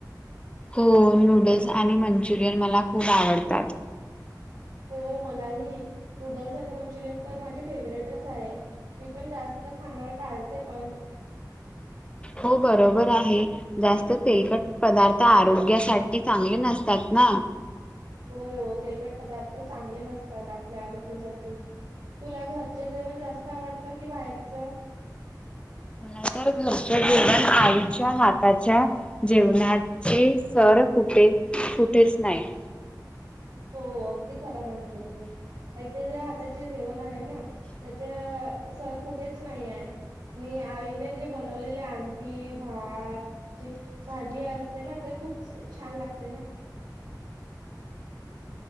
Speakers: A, on the left; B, on the right.
A: हो नूडल्स आणि मंचुरियन मला खूप आवडतात
B: हो मलाही नूडल्स आणि मंचुरियन तर माझे फेवरेटच आहे मी पण जास्त खाणं टाळते पण
A: हो बरोबर आहे जास्त तेलकट पदार्थ आरोग्यासाठी चांगले नसतात ना
B: हो तेलकट पदार्थ चांगले नसतात आपल्या आरोग्यासाठी तुला घरचे जेवण जास्त आवडतं की बाहेरचं
A: मला तर घरचं जेवण ण आईच्या हाताच्या जेवणाचे सर कुठे कुठेच नाही
B: हो अगदी खरा म्हटलं तू आईचे जे हाताचे जेवण आहे ना त्याच्या सर कुठेच नाही आहे आणि आईने जे बनवलेले आंमटी भात जे भाजी असते ना ते खूप छान लागते ना